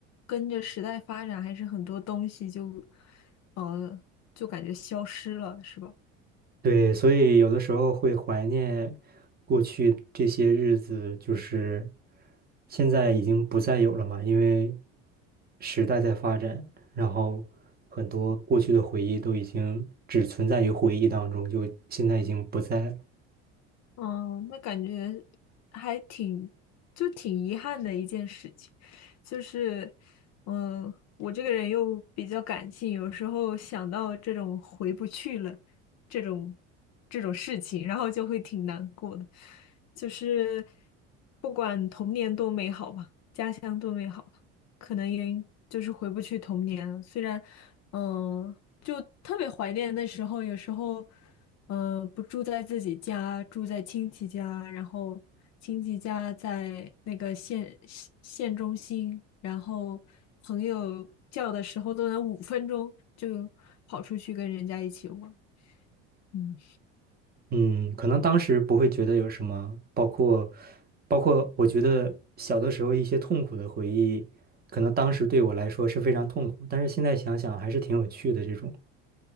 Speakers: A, on the left; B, on the right.
A: 跟着时代发展，还是很多东西就，呃，就感觉消失了，是吧？
B: 对，所以有的时候会怀念过去这些日子，就是现在已经不再有了嘛，因为时代在发展，然后很多过去的回忆都已经只存在于回忆当中，就现在已经不在了。
A: 嗯，那感觉还挺，就挺遗憾的一件事情，就是，嗯，我这个人又比较感性，有时候想到这种回不去了，这种这种事情，然后就会挺难过的，就是不管童年多美好吧。相对美好吧可能也就是回不去童年了。虽然，嗯，就特别怀念那时候，有时候，嗯，不住在自己家，住在亲戚家，然后亲戚家在那个县县县中心，然后朋友叫的时候都能五分钟就跑出去跟人家一起玩。嗯
B: 嗯，可能当时不会觉得有什么，包括包括我觉得小的时候一些痛苦的回忆，可能当时对我来说是非常痛苦，但是现在想想还是挺有趣的这种。